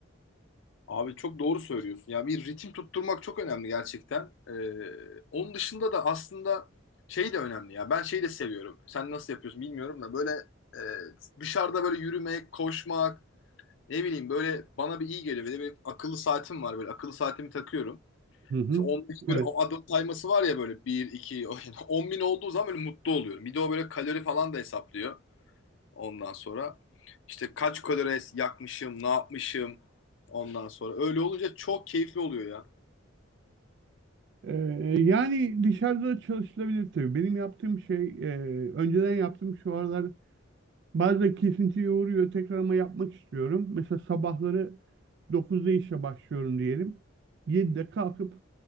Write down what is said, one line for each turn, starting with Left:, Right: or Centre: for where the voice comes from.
Left: Abi çok doğru söylüyorsun. Ya bir ritim tutturmak çok önemli gerçekten. Ee, onun dışında da aslında şey de önemli ya. Ben şeyi de seviyorum. Sen nasıl yapıyorsun bilmiyorum da böyle e, dışarıda böyle yürümek, koşmak, ne bileyim böyle bana bir iyi geliyor. Bir de bir akıllı saatim var böyle. Akıllı saatimi takıyorum.
Right: Hı hı.
Left: İşte 15 böyle
Right: Evet.
Left: o adım sayması var ya böyle 1, 2, 10 <laughs> bin olduğu zaman böyle mutlu oluyorum. Bir de o böyle kalori falan da hesaplıyor. Ondan sonra işte kaç kalori yakmışım, ne yapmışım ondan sonra. Öyle olunca çok keyifli oluyor ya.
Right: Ee, yani dışarıda da çalışılabilir tabii. Benim yaptığım şey, e, önceden yaptığım şu aralar bazen kesintiye uğruyor. Tekrar ama yapmak istiyorum. Mesela sabahları 9'da işe başlıyorum diyelim. 7'de kalkıp